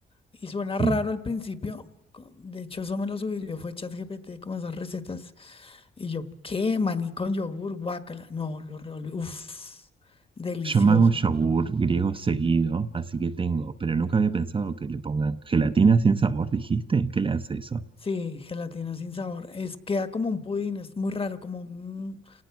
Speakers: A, on the left; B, on the right.
A: Y suena
B: sí.
A: raro al principio. co- De hecho, eso me lo sugirió, fue ChatGPT con esas recetas. Y yo, ¿qué? Maní con yogur, guácala. No, lo revolví. Uf, delicioso.
B: Yo me hago yogur griego seguido, así que tengo, pero nunca había pensado que le pongan gelatina sin sabor, ¿dijiste? ¿Qué le hace eso?
A: Sí, gelatina sin sabor. Es, queda como un pudín, es muy raro, como un,